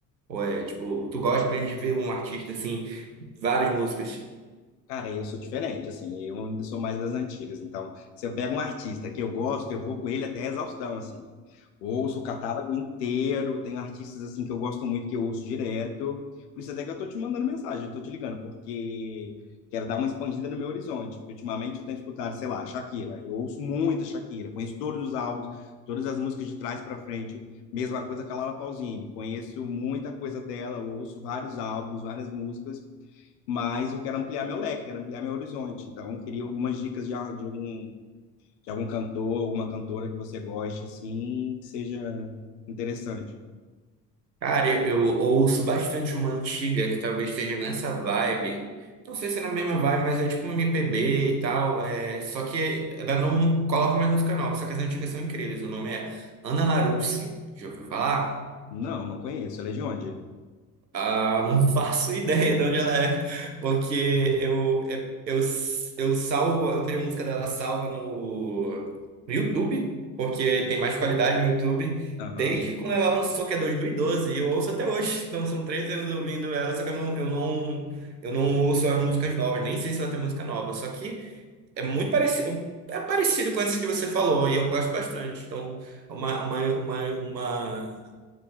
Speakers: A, on the right (about 90°); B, on the left (about 70°).
A: Ou é, tipo, tu gosta mesmo de ver um artista assim, várias músicas?
B: Cara, eu sou diferente, assim, eu ainda sou mais das antigas. Então, se eu pego um artista que eu gosto, eu vou com ele até a exaustão, assim. Ouço o catálogo inteiro, tem artistas, assim, que eu gosto muito, que eu ouço direto. Por isso até que eu tô te mandando mensagem, tô te ligando, porque quero dar uma expandida no meu horizonte. Porque ultimamente eu tenho escutado, sei lá, Shakira. Eu ouço muita Shakira, conheço todos os álbuns, todas as músicas de trás para frente. Mesma coisa com a Laura Pausini, conheço muita coisa dela, ouço vários álbuns, várias músicas mas eu quero ampliar meu leque, quero ampliar meu horizonte. Então, eu queria algumas dicas de, a- de algum, de algum cantor, alguma cantora que você goste, assim, que seja interessante.
A: Cara, eu, eu ouço bastante uma antiga que talvez esteja nessa vibe. Não sei se é na mesma vibe, mas é tipo um MPB e tal. É, só que ela não coloca mais música nova, só que as antigas são incríveis. O nome é Ana Larousse. Já ouviu falar?
B: Não, não conheço. Ela é de onde?
A: Ah, não faço ideia de onde ela é, porque eu, eu, eu salvo, eu tenho a música dela salva no, no YouTube, porque tem mais qualidade no YouTube,
B: Aham,
A: desde quando ela lançou, que é dois mil e doze e eu ouço até hoje, então são 13 anos ouvindo ela, só que eu não, eu não, eu não ouço as músicas novas, nem sei se ela tem música nova, só que é muito parecido, é parecido com esses que você falou, e eu gosto bastante. Então, uma, uma, uma, uma...